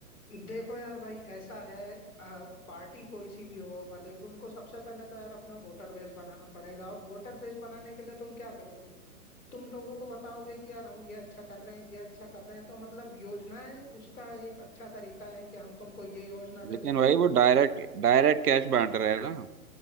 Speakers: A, on the left (about 75°); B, on the right (about 85°).
A: देखो यार भाई ऐसा है अ, पार्टी कोई सी भी हो भले ही उनको सबसे पहले तो यार अपना वोटर बेस बनाना पड़ेगा वोटर बेस बनाने के लिए तुम क्या करोगे तुम लोगों को बताओगे कि यार हम ये अच्छा कर रहे हैं ये अच्छा कर रहे हैं तो मतलब योजनाएं उसका एक अच्छा तरीका है कि हम तुमको ये योजना दे
B: लेकिन
A: देंगे
B: भाई वो डायरेक्ट डायरेक्ट कैश बांट रहे हैं ना